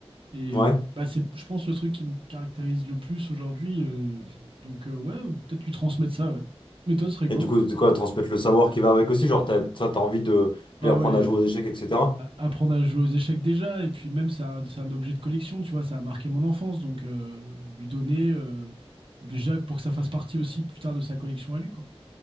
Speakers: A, on the right; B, on the left.
A: Et
B: ouais.
A: euh, bah, c'est, je pense, le truc qui me caractérise le plus aujourd'hui. euh, donc, euh, ouais, ou peut-être lui transmettre ça, ouais. Mais toi, ce serait
B: Et
A: quoi?
B: du coup, c'est quoi, transmettre le savoir qui va avec aussi, genre, t'as, ça, t'as envie de
A: Ah
B: lui apprendre
A: ouais,
B: à jouer aux échecs, etc.
A: a- apprendre à jouer aux échecs déjà. Et puis même, c'est un, c'est un objet de collection, tu vois, ça a marqué mon enfance. Donc, euh, lui donner, euh, déjà, pour que ça fasse partie aussi plus tard de sa collection à lui, quoi.